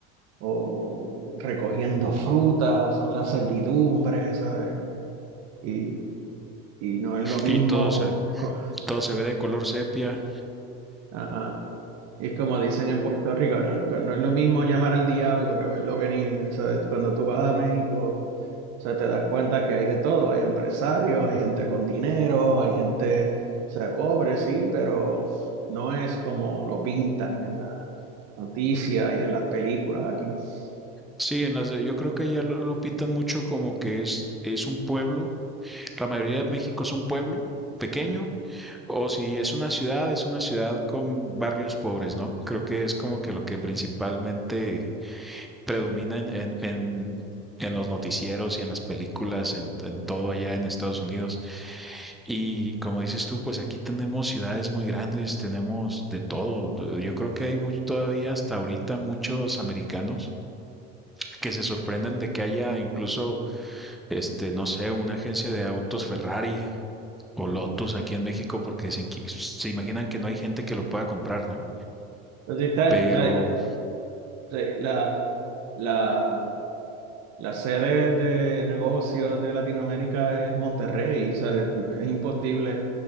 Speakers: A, on the right; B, in the centre.
A: o recogiendo frutas o son la servidumbre, ¿sabes? Y, y no es lo mismo.
B: Y todo se,
A: co-
B: todo se ve de color sepia.
A: a- Y es como dicen en Puerto Rico, no, no es lo mismo llamar al diablo que verlo venir. O sea, cuando tú vas a México, o sea, te das cuenta que hay de todo. Hay empresarios, hay gente con dinero, hay gente, o sea, pobre, sí, pero no es como lo pintan en las noticias y en las películas aquí. Entonces,
B: Sí, en las, de- yo creo que allá lo, lo pintan mucho como que es, es un pueblo. La mayoría de México es un pueblo pequeño, o si es una ciudad, es una ciudad con barrios pobres, ¿no? Creo que es como que lo que principalmente predomina en, en, en- en los noticieros y en las películas, en, en todo allá en Estados Unidos. Y como dices tú, pues aquí tenemos ciudades muy grandes, tenemos de todo. Yo yo creo que hay mucho, todavía hasta ahorita muchos americanos que se sorprenden de que haya incluso, este, no sé, una agencia de autos Ferrari o Lotus aquí en México porque dicen que- se imaginan que no hay gente que lo pueda comprar, ¿no?
A: si están,
B: Pero
A: o sea, de- la, la, la sede de negocios de Latinoamérica es Monterrey. O sea, es imposible